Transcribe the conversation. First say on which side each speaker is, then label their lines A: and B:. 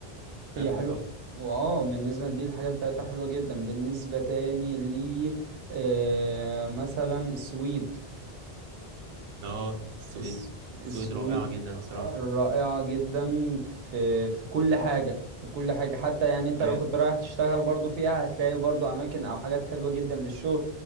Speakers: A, on the right; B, on the right.
A: حلو
B: هي حلوة
A: والله
B: واه بالنسبة دي الحاجات بتاعتها حلوة جدا بالنسبة تاني لي آه مثلا السويد
A: اه السويد
B: الس... السويد
A: السويد رائعه جدا صراحه
B: رائعة جدا في في كل حاجة في كل حاجة حتى يعني
A: حرفيا
B: انت لو كنت رايح تشتغل برضو فيها هتلاقي برضو اماكن او حاجات حلوة جدا للشغل